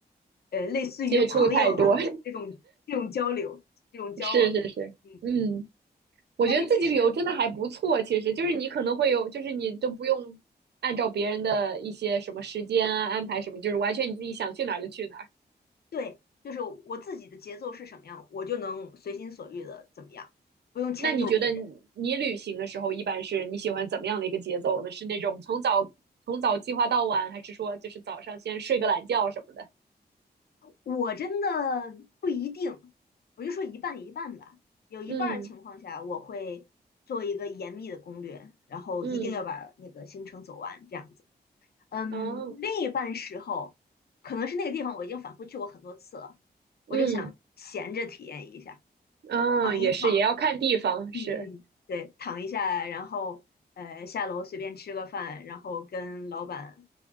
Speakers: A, on the left; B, on the right.
A: 呃类似于朋友的这种这种交流、
B: 接触太多，
A: 这种交往，
B: <laughs> 是是是，
A: 嗯。
B: 嗯。我觉得自己旅游真的还不错，
A: 但是其实
B: 其实就是你可能会有，就是你都不用按照别人的一些什么时间啊安排什么，就是完全你自己想去哪儿就去哪儿。
A: 对，就是我自己的节奏是什么样，我就能随心所欲的怎么样，不用迁就别人。
B: 那你觉得你你旅行的时候，一般是你喜欢怎么样的一个节奏呢？是那种从早从早计划到晚，还是说就是早上先睡个懒觉什么的？
A: 我真的不一定，我就说一半一半吧。有一半儿情况下，
B: 嗯
A: 我会做一个严密的攻略，然后一定要把那个行程走完，
B: 嗯，
A: 这样子。嗯，
B: 哦，
A: 另一半时候，可能是那个地方我已经反复去过很多次了，
B: 嗯
A: 我就想闲着体验一下，
B: 啊，
A: 躺一躺。
B: 也是，也要看地方，
A: 嗯嗯，
B: 是
A: 对，躺一下，然后呃下楼随便吃个饭，然后跟老板